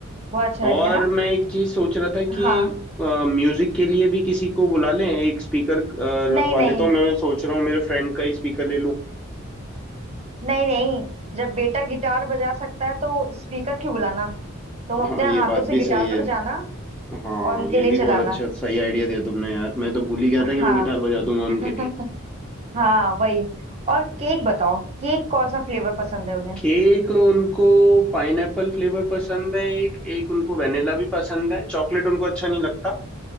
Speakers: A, on the right; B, in the centre.
A: बहुत अच्छा
B: और
A: लगेगा ना
B: मैं एक चीज सोच रहा था कि
A: हाँ
B: म्यूजिक के लिए भी किसी को बुला लें एक स्पीकर
A: नहीं
B: रखवा
A: नहीं
B: लेता हूँ मैं मैं सोच रहा हूँ मेरे फ्रेंड का ही स्पीकर ले लूँ
A: नहीं नहीं जब बेटा गिटार बजा सकता है तो स्पीकर क्यों बुलाना तुम अपने
B: हाँ ये
A: हाथों
B: बात
A: से
B: भी
A: गिटार
B: सही है
A: बजाना
B: हाँ
A: और उनके
B: ये
A: लिए
B: भी बहुत
A: चलाना
B: अच्छा सही आइडिया दिया तुमने यार मैं तो भूल ही गया
A: हाँ
B: था कि मैं गिटार बजा दूंगा उनके
A: <laughs>
B: लिए
A: हाँ वही और केक बताओ केक कौन सा फ्लेवर पसंद है उन्हें
B: केक उनको पाइनएप्पल फ्लेवर पसंद है एक एक उनको वेनिला भी पसंद है चॉकलेट उनको अच्छा नहीं लगता